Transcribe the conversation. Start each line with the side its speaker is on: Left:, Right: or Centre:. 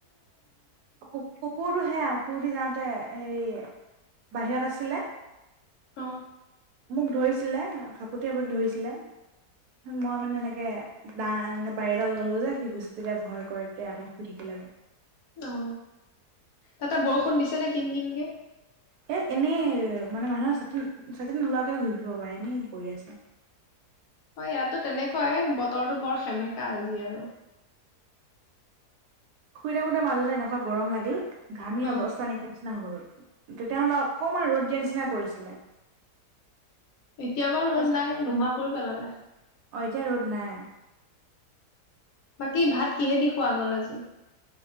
Right: কু-কুকুৰটো সেয়া, শুই উঠি যাওঁতে হেৰি বাহিৰত আছিলে।
Left: অহ।
Right: মোক ধৰিছিলে, সাপতি-আপতি ধৰিছিলে মই মানে এনেকে দা এনেকে বাৰী এদাল ললো যে, সি গোষ্ঠীলে ভয় কৰে তে। <inaudible>
Left: অ তাতে বৰষুণ দিছে নেকি কিন-কিন কে?
Right: <inaudible> এনেই মানে মানুহে চাতি-চাতি নোলোৱাকে ঘূৰি ফুৰিব পাৰে, এনেই পৰি আছে।
Left: হয়, ইয়াতো তেনেকুৱা এ বতৰটো বৰ সেমেকা আজি আৰু।
Right: শুই থাকোতে মাজতে এনেকুৱা গৰম লাগিল। ঘামি
Left: অ
Right: অৱস্থা নাইকিয়া হৈছে। গৰত তেতিয়া অকমান ৰ'দ দিয়া নিচিনা কৰিছিলে
Left: এতিয়া বাৰু
Right: তাৰপিছত
Left: ৰ'দ নাই, নোহোৱা কৰি পেলালে।
Right: অ', এতিয়া ৰ'দ নাই।
Left: বাকী ভাত কিহেদি খোৱা গল আজি?